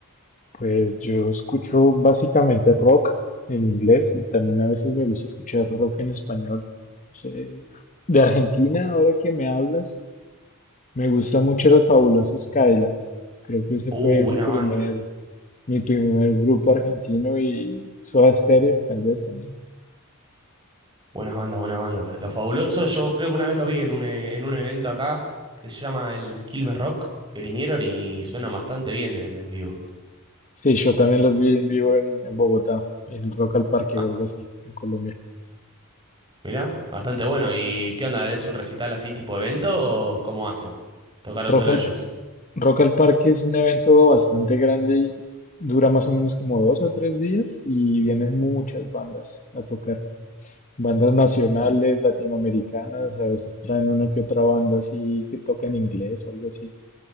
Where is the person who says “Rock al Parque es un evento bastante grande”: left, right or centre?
Left